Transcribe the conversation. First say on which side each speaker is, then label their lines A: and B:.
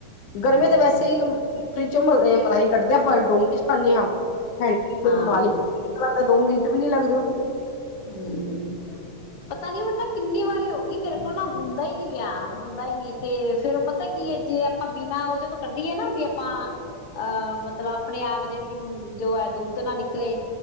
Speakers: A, on the left; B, on the left.
A: ਅੱਛਾ
B: ਗਰਮੀ ਤਾਂ ਵੈਸੇ ਫਰਿੱਜ ਚ ਮਲਾਈ ਕੱਢਦੇ ਆ, ਆਪਾ ਡੋਗੇ ਚ ਪਾਉਂਦੇ ਹਾਂ ਹਾਂਜੀ
A: ਹਾਂ
B: ਫਿਰ ਉਹ ਨਾਲ ਹੀ ਨਿਕਲ ਆਂਦਾ, ਦੋ ਮਿੰਟ ਵੀ ਨੀ ਲੱਗਦੇ ਉਹ
A: ਹੂੰ ਪਤਾ ਨੀ ਹੁਣ ਨਾ ਕਿੰਨੀ ਵਾਰੀ ਹੋ ਗਈ ਮੇਰੇ ਕੋਲ ਨਾ ਹੁੰਦਾ ਹੀ ਨੀ ਪਿਆ ਹੁੰਦਾ ਨੀ ਤੇ ਫੇਰ ਪਤਾ ਕੀ ਏ, ਜੇ ਆ ਬਿਨਾਂ, ਉਹਦੇ ਤੋਂ ਕੱਢੀਏ ਨਾ ਵੀ ਆਪਾਂ। ਅਹ, ਮਤਲਬ ਆਪਣੇ ਆਪ ਜਿਹੜੀ ਜੋ ਏ ਦੁੱਧ ਨਾ ਨਿਕਲੇ